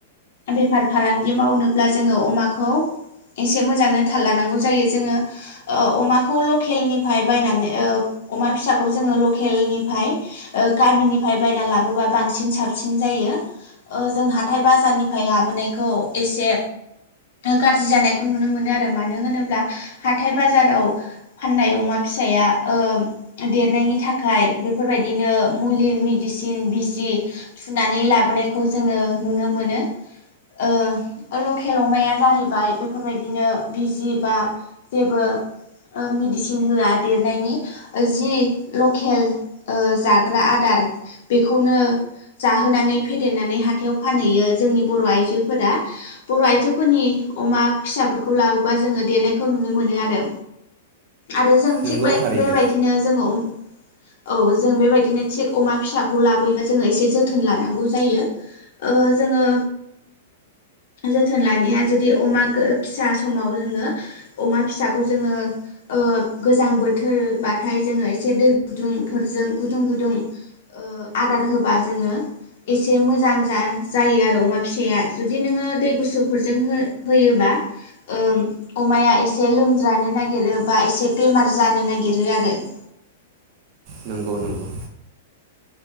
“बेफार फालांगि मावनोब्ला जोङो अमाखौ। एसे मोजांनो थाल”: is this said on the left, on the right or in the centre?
Left